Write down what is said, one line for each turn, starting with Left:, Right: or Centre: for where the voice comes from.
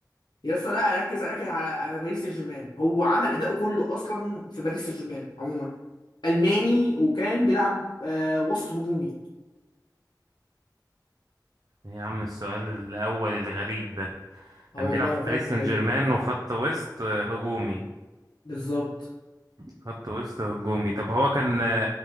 Left: يا اسطى لا ركز ركز على على باريس سان جيرمان هو عمل اداؤه كله اصلا في باريس سان جيرمان عموما الماني وكان بيلعب آه وسط هجومي
Right: إيه يا عم السؤال الأول الغريب ده كان
Left: اه والله
Right: بيلعب في باريس
Left: فعلا كان
Right: سان
Left: غريب
Right: جيرمان وخط وسط آه، هجومي
Left: بالظبط
Right: خط وسط هجومي طب هو كان آه،